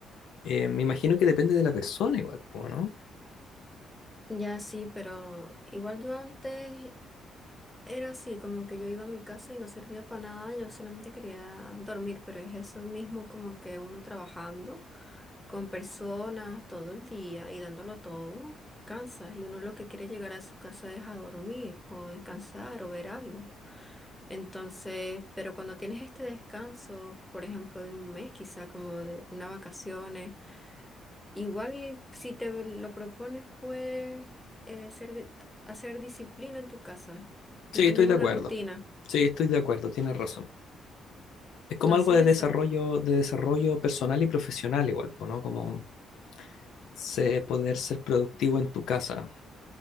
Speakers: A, on the left; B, in the centre.
A: eh, me imagino que depende de la persona igual, po, ¿no?
B: Ya sí, pero igual yo antes Era así, como que yo iba a mi casa y no servía para nada, yo solamente quería dormir, pero es eso mismo como que uno trabajando con personas todo el día y dándolo todo, cansa y uno lo que quiere llegar a su casa es a dormir o descansar o ver algo. Entonces, pero cuando tienes este descanso, por ejemplo, de un mes quizá, como de unas vacaciones, igual si te lo propones puedes eh, ser, di- hacer disciplina en tu casa
A: Sí,
B: y tener
A: estoy de
B: una
A: acuerdo.
B: rutina.
A: Sí, estoy de acuerdo, tienes razón. Es como
B: Entonces
A: algo de
B: eso,
A: desarrollo, de desarrollo personal y profesional igual, po, ¿no? Como sé poder ser productivo en tu casa.